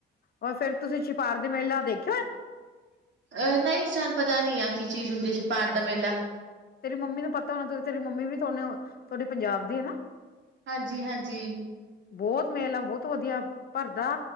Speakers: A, on the left; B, on the right.
A: ਔਰ ਫੇਰ ਤੁਸੀਂ ਛਿਪਾਰ ਦੇ ਮੇਲਾ ਦੇਖ
B: ਅਹ ਨਹੀਂ ਸਾਨੂੰ ਪਤਾ ਨੀ ਆ ਕੀ ਚੀਜ਼ ਹੁੰਦੀ ਹੈ ਸਿਪਾਰ ਦਾ ਮੇਲਾ।
A: ਤੇਰੀ ਮੰਮੀ ਨੂੰ ਪਤਾ ਹੋਣਾ ਤੇਰੀ ਮੰਮੀ ਵੀ ਥੋਨੇ ਥੋਡੇ ਪੰਜਾਬ ਦੀ ਹੈ ਨਾ?
B: ਹਾਂਜੀ-ਹਾਂਜੀ
A: ਬਹੁਤ ਮੇਲਾ ਬਹੁਤ ਵਧੀਆ ਭਰਦਾ,